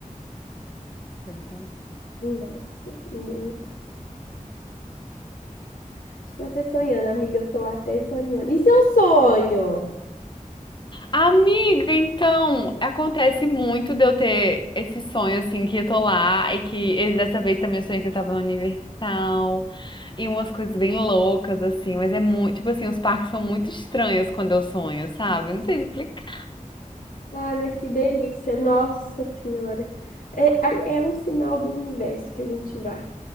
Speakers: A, on the left; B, on the left.
A: Pois é.
B: nossa, ninguém me para. Estou até sonhando, amiga, eu tô até sonhando. Isso é um sonho.
A: Amiga, então, acontece muito de eu ter esse sonho, assim, que eu tô lá e que esse- dessa vez também eu sonhei que eu tava no Universal e umas coisas bem loucas, assim, mas é muito, tipo assim, os parques são muito estranhos quando eu sonho, sabe? Não sei explicar.
B: Ai, mas que delícia, nossa senhora. É, é é um sinal do universo que a gente vai.